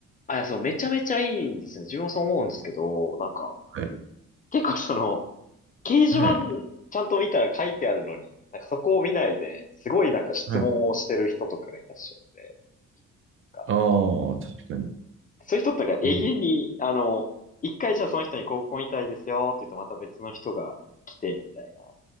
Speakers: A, on the left (about 30°); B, on the right (about 45°).
A: あ、いや、そう、めちゃめちゃいいんですね。自分もそう思うんですけど、なんか、
B: はい。
A: 結構その、掲示板
B: はい。
A: ちゃんと見たら書いてあるのに、なんかそこを見ないで、すごいなんか質問をしてる人とかがいらっしゃって、
B: はい。
A: なんか、
B: ああ、確かに。
A: そういう人とか永遠に、
B: うん。
A: あの、一回じゃあその人にこうご遺体ですよって言うとまた別の人が来て、みたいな。